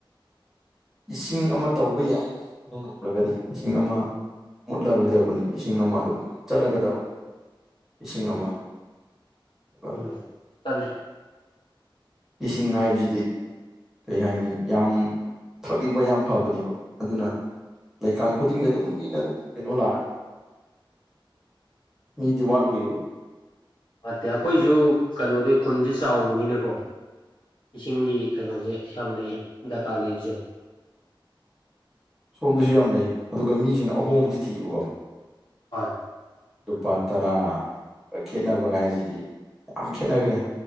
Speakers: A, in the centre; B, on the left.
A: ꯏꯁꯤꯡ ꯑꯃ ꯇꯧꯕ ꯌꯥꯏ ꯑꯗꯨ ꯉꯝꯂꯒꯗꯤ ꯏꯁꯤꯡ ꯑꯃ ꯃꯨꯠꯂꯔꯣꯏꯗꯧꯕꯅꯤ ꯏꯁꯤꯡ ꯑꯃ ꯑꯗꯨꯝ ꯆꯠꯂꯒꯗꯞꯅꯤ ꯏꯁꯤꯡ ꯑꯃ ꯑꯗꯨꯒ
B: ꯎꯝ ꯆꯠꯂꯦ
A: ꯏꯁꯤꯡ ꯍꯥꯏꯞꯖꯤꯗꯤ ꯀꯩ ꯍꯥꯏꯅꯤ ꯌꯥꯝ ꯊꯛꯂꯤꯕꫭꯏ ꯌꯥꯝ ꯐꯕꯅꯦꯕ ꯑꯗꯨꯅ ꯂꯩꯀꯥꯏ ꯈꯨꯗꯤꯡꯗ ꯑꯗꯨꯝ ꯃꯤꯅ ꯑꯗꯨꯝ ꯀꯩꯅꯣ ꯂꯥꯛꯑ ꯃꯤꯗꯤ ꯋꯥꯠꯂꫭꯏꯕ
B: ꯋꯥꯠꯇꯦ ꯑꯩꯈꯣꯏꯁꯨ ꯀꯩꯅꯣꯗꯩ ꯈꯨꯟꯁꯦ ꯆꯥꯎꯕꯅꯤꯅꯀꯣ ꯏꯁꯤꯡꯒꯤ ꯀꯅꯣꯖꯦ ꯌꯥꯝ ꯂꯩꯌꯦ ꯗꯀꯥ ꯂꯩꯕꯁꯦ
A: <inaudible> ꯁꯣꯝꯗꯁꯨ ꯌꯥꯝ ꯂꯩ ꯑꯗꯨꯒ ꯃꯤꯁꯤꯡꯅ ꯑꯍꯣꯡꯕꯁꯤ ꯊꯤꯕꯀꯣ
B: ꯍꯣꯏ
A: ꯂꯨꯄꯥ ꯇꯔꯥ ꯒ ꯈꯦꯠꯅꯕꯒꯥꯏꯖꯤꯗꯤ ꯌꯥꯝ ꯈꯦꯠꯅꯒ꯭ꯔꯦ